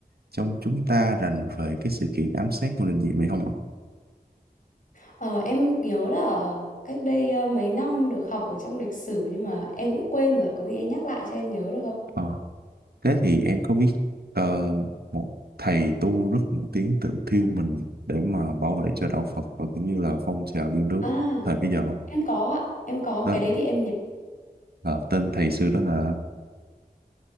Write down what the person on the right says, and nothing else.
trong chúng ta rành về cái sự kiện ám sát Ngô Đình Diệm này không ạ?
Ờ, thế thì em có biết ờ, một thầy tu rất nổi tiếng tự thiêu mình để mà bảo vệ cho đạo Phật và cũng như là phong trào yêu nước
thời bây giờ không?
Đó
Ờ, tên thầy xưa đó là